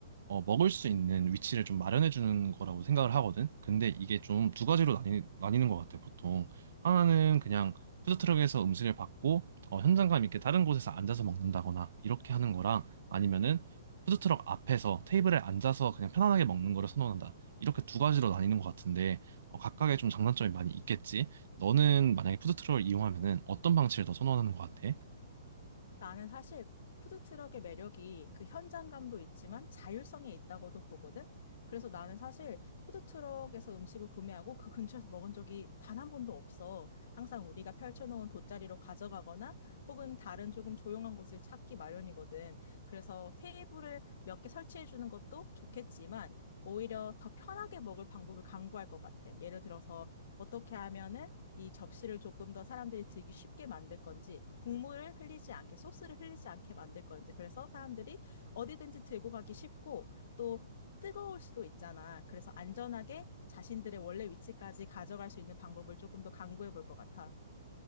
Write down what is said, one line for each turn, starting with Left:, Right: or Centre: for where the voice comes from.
Right: 어, 먹을 수 있는 위치를 좀 마련해 주는 거라고 생각을 하거든. 근데 이게 좀 두 가지로 나뉘, 나뉘는 것 같아, 보통. 하나는 그냥 푸드트럭에서 음식을 받고, 어, 현장감 있게 다른 곳에서 앉아서 먹는다거나, 이렇게 하는 거랑, 아니면은 푸드트럭 앞에서 테이블에 앉아서 그냥 편안하게 먹는 거를 선호한다. 이렇게 두 가지로 나뉘는 것 같은데, 어, 각각의 좀 장단점이 많이 있겠지. 너는 만약에 푸드트럭을 이용하면은 어떤 방식을 더 선호하는 것 같아?
Left: 나는 사실 푸드트럭의 매력이 그 현장감도 있지만 자율성에 있다고도 보거든. 그래서 나는 사실 푸드트럭에서 음식을 구매하고 그 근처에서 먹은 적이 단 한 번도 없어. 항상 우리가 펼쳐놓은 돗자리로 가져가거나 혹은 다른 조금 조용한 곳을 찾기 마련이거든. 그래서 테이블을 몇 개 설치해 주는 것도 좋겠지만 오히려 더 편하게 먹을 방법을 강구할 것 같아. 예를 들어서 어떻게 하면은 이 접시를 조금 더 사람들이 들기 쉽게 만들 건지, 국물을 흘리지 않게, 소스를 흘리지 않게 만들 건지, 그래서 사람들이 어디든지 들고 가기 쉽고, 또 뜨거울 수도 있잖아. 그래서 안전하게 자신들의 원래 위치까지 가져갈 수 있는 방법을 조금 더 강구해 볼 것 같아.